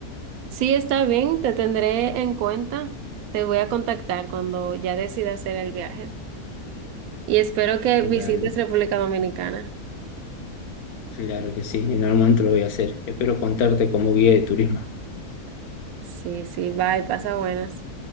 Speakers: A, on the right; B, on the left.
A: Sí, está bien, te tendré en cuenta. Te voy a contactar cuando ya decida hacer el viaje. Y espero que visites
B: Dale,
A: República Dominicana.
B: claro que sí, en algún momento lo voy a hacer. Espero contarte como guía de turismo.
A: Sí, sí, bye, pasa buenas.